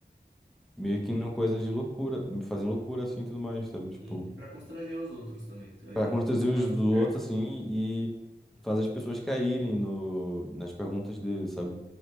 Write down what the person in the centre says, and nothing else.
meio que numa coisa de loucura, fazendo loucura, assim, e tudo mais, sabe? Tipo,
para
constranger
os
dos outros,
assim, e fazer as pessoas caírem no, nas perguntas dele, sabe?